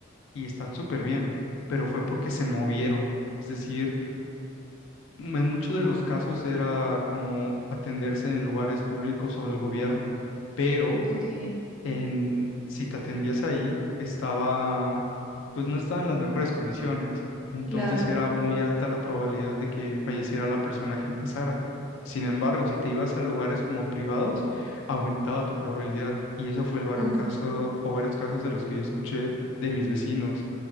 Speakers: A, on the left; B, in the centre.
A: y están súper bien, pero fue porque se movieron. Es decir, en muchos de los casos era como atenderse en lugares públicos o del gobierno, pero
B: Ok,
A: en, si te atendías ahí, estaba, pues no estaba en las mejores condiciones, entonces
B: claro.
A: era muy alta la probabilidad de que falleciera la persona que ingresara. Sin embargo, si te ibas a lugares como privados, aumentaba tu probabilidad. Y eso fue el varios
B: Uf,
A: casos, o varios casos de los que yo escuché de mis vecinos,